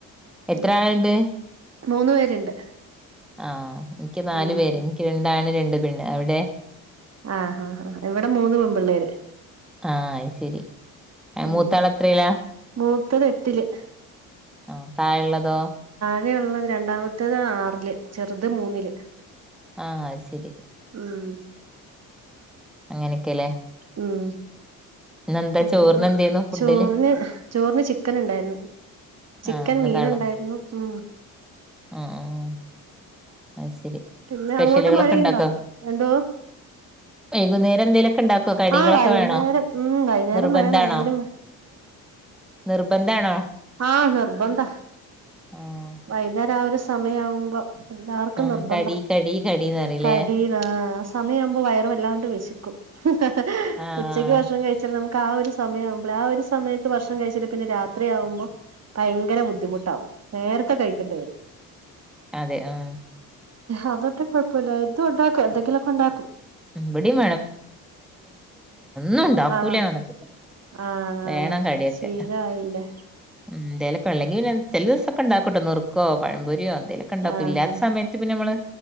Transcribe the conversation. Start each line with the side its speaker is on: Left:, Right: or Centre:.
Centre: എത്ര
Right: ഉം
Centre: ആളുണ്ട്
Right: മൂന്ന് പേരുണ്ട്
Centre: ആഹ എനിക്ക് നാലു
Right: ഉം
Centre: പേര് എനിക്ക് രണ്ടാണ് രണ്ട് പെണ്ണ് അവിടെ
Right: ആഹഹാ ആാ ഇവിടെ മൂന്ന് മൻപള്ളേര്
Centre: ആഹ ശരി
Right: ഉം
Centre: മൂത്താൾ എത്രയിലാ
Right: മൂത്തത് എട്ടില്
Centre: ആ താഴള്ളതോ
Right: അങ്ങനെയള്ളത് രണ്ടാമത്തത് ആറില് ചെറുത് മൂന്നില്
Centre: ആഹ അത് ശരി
Right: ഉം
Centre: അങ്ങനെയൊക്കെല്ലേ
Right: ഉം
Centre: ഇന്നെന്താ ചോറിന്
Right: പിന്നെ
Centre: എന്തേന്നു ഫുഡില്
Right: ചോറിന് ചോറിന് ചിക്കൻ ഉണ്ടായിരുന്നു ചിക്കൻ
Centre: ആഹ് ഇന്നതാണോ
Right: മീൻ ഉണ്ടായിരുന്നു ഉ
Centre: ആഹ് ആഹ് അത് ശരി
Right: പിന്നെ
Centre: സ്പെഷ്യലുകളൊക്കെ
Right: അങ്ങോട്ട് മഴയുണ്ടോ
Centre: ഇണ്ടാക്കോ
Right: എന്തോ
Centre: വൈകുന്നേരം എന്തേങ്കലുമൊക്കെ ഉണ്ടാക്കോ കടികളൊക്കെ
Right: ആഹ് വൈകുന്നേരം
Centre: വേണോ
Right: ഉം വൈകുന്നേരം
Centre: നിർബന്ധാണോ
Right: വേണം എന്തേലും
Centre: നിർബന്ധ ആണോ
Right: ആഹ നിർബന്ന്ത
Centre: ആഹ്
Right: വൈതാ രാവിലെ സമയവുമ്പോ എല്ലാർക്കും
Centre: ആഹ്
Right: നിർബന്ധം
Centre: കടി കടി കടീന്ന് പറയില്ലേ
Right: കട ആ സമയവുമ്പോ വയറ വല്ലാണ്ട് വിശിക്കും ഹഹഹ
Centre: ആഹ്
Right: ഉച്ചക്ക് ഭക്ഷണം വ കഴിച്ചല് നമുക്ക് ആ ഒരു സമയം ആവുമ്പോ ആ ഒരു സമയത്ത് ഭർഷണം കഴിച്ചല് പിന്നെ രാത്രി ആവ്പോ ഭയങ്കര ബുദ്ധിമുട്ടാവും നേരത്തെ കഴിക്കണ്ട വര്
Centre: അതെ ആഹ
Right: അതൊട്ടെ കുഴപ്പമില്ല എത് ഉണ്ടാക്കും എന്തെങ്കിലുമൊക്കെ ഉണ്ടാക്കും
Centre: ഉം ഇവിടെയും ണ്ട
Right: ആഹ്
Centre: കൂലയാാന്നൊക്കെ പറയാം
Right: ആഹ്
Centre: വേണം കടിയൊക്കെ
Right: ശീലായില്ലേ
Centre: ഉ ഇന്തലൊക്കെ ഉള്ള എങ്ങനെ ചെിലിവസൊക്കെണ്ടാക്കോട്ടോ നുർക്കോ പഴമ്പൊരിയോ എന്തേലൊക്കെ ഉണ്ടാക്കും
Right: ആഹ്
Centre: ഇല്ലാത്ത സമയത്ത് പിന്നെ നമ്മള്